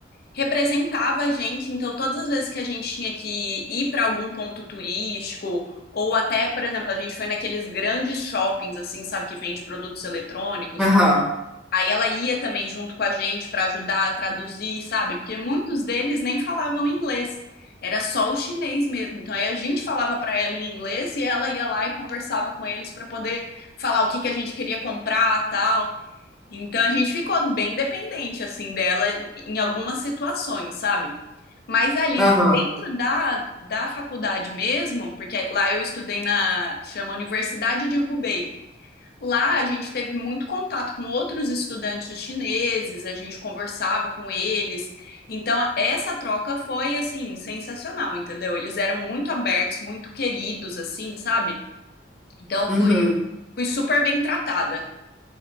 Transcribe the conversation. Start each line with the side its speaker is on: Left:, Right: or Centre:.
Left: representava a gente, então todas as vezes que a gente tinha que ir para algum ponto turístico, ou até, por exemplo, a gente foi naqueles grandes shoppings, assim, sabe, que vende produtos eletrônicos.
Centre: Aham.
Left: Aí ela ia também junto com a gente para ajudar a traduzir, sabe? Porque muitos deles nem falavam inglês. Era só o chinês mesmo. Então aí a gente falava para ela em inglês e ela ia lá e conversava com eles para poder falar o que que a gente queria comprar, tal. Então a gente ficou bem dependente assim dela em algumas situações, sabe? Mas ali
Centre: Aham.
Left: dentro da, da faculdade mesmo, porque lá eu estudei na chama Universidade de Hubei. Lá a gente teve muito contato com outros estudantes chineses, a gente conversava com eles. Então essa troca foi assim sensacional, entendeu? Eles eram muito abertos, muito queridos assim, sabe? Então
Centre: Uhum.
Left: fui, fui super bem tratada.